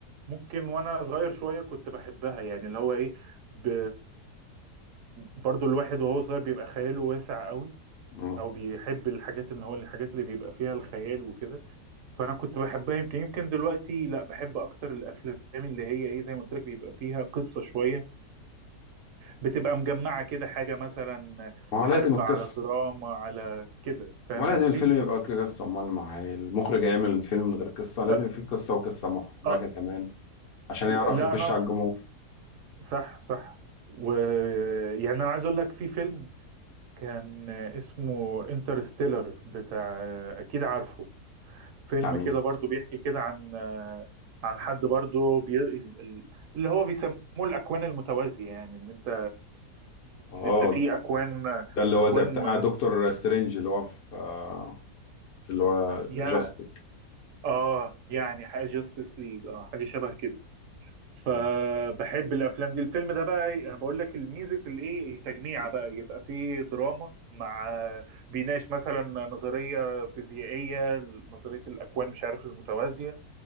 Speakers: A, on the right (about 60°); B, on the left (about 50°).
A: ممكن وانا صغير شويه كنت بحبها يعني اللي هو ايه ب... برضو الواحد وهو صغير بيبقى خياله واسع قوي
B: مم.
A: او بيحب الحاجات اللي هو الحاجات اللي بيبقى فيها الخيال وكده فانا كنت بحبها يمكن يمكن دلوقتي لا بحب اكتر الافلام اللي هي ايه زي ما قلت لك بيبقى فيها قصه شويه بتبقى مجمعه كده حاجه مثلا
B: ما
A: حرب
B: هو لازم القصه
A: على دراما على كده فاهم
B: ما هو لازم
A: قصدي؟
B: الفيلم يبقى فيه قصه امال ما هي المخرج هيعمل فيلم من غير قصه لازم
A: ف...
B: يبقى فيه قصه وقصه محبكه
A: آه،
B: كمان عشان يعرف
A: لا
B: يخش
A: انا أص...
B: على الجمهور
A: صح صح ويعني انا عايز اقول لك في فيلم كان اسمه انترستيلر بتاع اكيد عارفه فيلم
B: بتاع مين
A: كده برضو بيحكي كده عن عن حد برضو بي... ال- ال- اللي هو بيسموه الاكوان المتوازية يعني ان انت
B: اه
A: ان انت في اكوان
B: ده اللي
A: اكوان
B: هو زي بتاع دكتور سترينج اللي هو في آه، في اللي هو
A: يع...
B: جاستيك
A: اه يعني حاجة جاستس ليج اه حاجة شبه كده فبحب
B: تمام
A: الافلام دي الفيلم ده بقى إيه، انا بقول لك الميزه الايه التجميع بقى يبقى فيه دراما مع بيناقش مثلا نظريه فيزيائيه نظريه الاكوان مش عارف المتوازيه